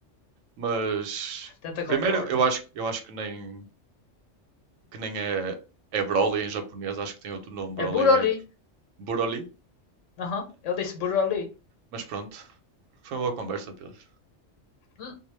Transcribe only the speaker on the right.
mas
primeiro
eu acho, eu acho que nem, que nem é, é Broly em japonês, acho que tem outro nome, Broly
é Broly,
mas pronto. Foi uma boa conversa, Pedro.